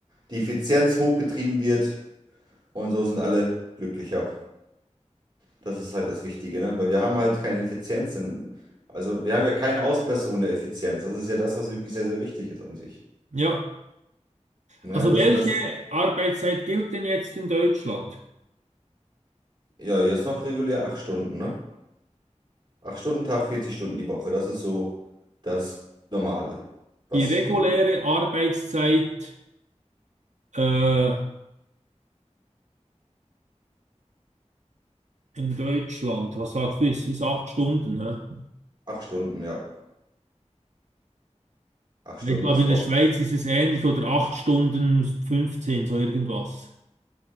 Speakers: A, on the right; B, on the right.
A: die Effizienz hochgetrieben wird und so sind alle glücklicher. Das ist halt das Wichtige, ne? Weil wir haben halt keine Effizienz. In, also wir haben ja keine Ausbesserung der Effizienz. Das ist ja das, was wirklich sehr, sehr wichtig ist an sich.
B: Ja.
A: Ne?
B: Also
A: Das,
B: welche
A: das ist
B: Arbeitszeit gilt denn jetzt in Deutschland?
A: ja jetzt noch regulär acht Stunden, ne? Acht Stunden Tag, 40 Stunden die Woche. Das ist so das Normale. Was
B: Die reguläre
A: so die
B: Arbeitszeit Äh, in Deutschland, was sagst du, ist, ist acht Stunden, ne?
A: acht Stunden, ja. Acht
B: Ich
A: Stunden
B: glaube,
A: ist
B: in
A: voll.
B: der Schweiz ist es ähnlich oder acht Stunden 15, so irgendwas.